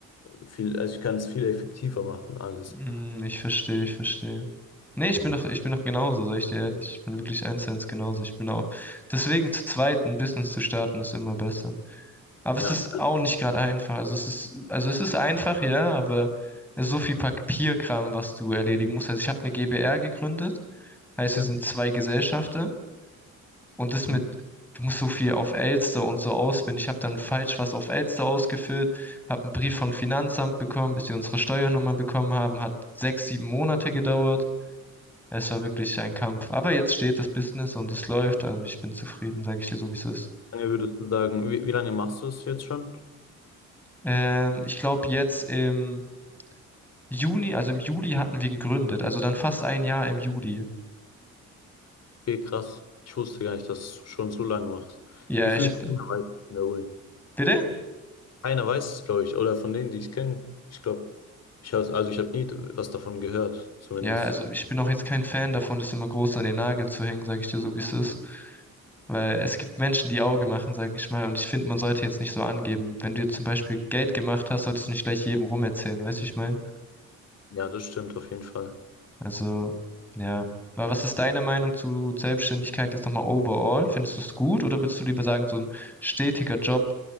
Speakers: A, on the left (about 55°); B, in the centre.
A: viel, also ich kann es viel effektiver machen, alles.
B: Hm, ich verstehe, ich verstehe. Nee, ich
A: Hm.
B: bin doch, ich bin doch genauso, sag ich dir ehrlich. Ich bin wirklich eins zu eins genauso. Ich bin auch. Deswegen zu zweit ein Business zu starten ist immer besser. Aber
A: Ja,
B: es ist auch nicht gerade einfach. Also es ist, also es ist einfach, ja, aber es ist so viel Papierkram, was du erledigen musst. Also ich habe eine GbR gegründet, heißt,
A: danke.
B: wir sind zwei Gesellschafter und das
A: Hm.
B: mit, du musst so viel auf Elster und so ausfüllen. Ich habe dann falsch was auf Elster ausgefüllt, habe einen Brief vom Finanzamt bekommen, bis sie unsere Steuernummer bekommen haben, hat sechs, sieben Monate gedauert. Es war wirklich ein Kampf. Aber jetzt steht das Business und es läuft und ich bin zufrieden, sage ich dir so, wie es ist.
A: Wie lange würdest du sagen, wie, wie lange machst du es jetzt schon?
B: Ähm, ich glaube, jetzt im Juni, also im Juli hatten wir gegründet, also dann fast ein Jahr im Juli.
A: Okay, krass. Ich wusste gar nicht, dass du schon so lange machst.
B: Ja,
A: Gefühlt
B: ich hab,
A: keiner weiß es in der Uni.
B: bitte?
A: Keiner weiß es, glaube ich, oder von denen, die ich kenne, ich glaube, ich habe, also ich habe nie was davon gehört, zumindest.
B: Ja, also ich bin auch jetzt kein Fan davon, das immer groß an den Nagel zu hängen, sage ich dir so, wie es ist. Weil es gibt Menschen, die Auge machen, sage ich mal. Und ich finde, man sollte jetzt nicht so angeben. Wenn du jetzt zum Beispiel Geld gemacht hast, solltest du nicht gleich jedem rumerzählen, weißt du, wie ich meine?
A: Ja, das stimmt auf jeden Fall.
B: Also, ja. Aber was ist deine Meinung zu Selbstständigkeit jetzt nochmal overall? Findest du es gut oder würdest du lieber sagen, so ein stetiger Job,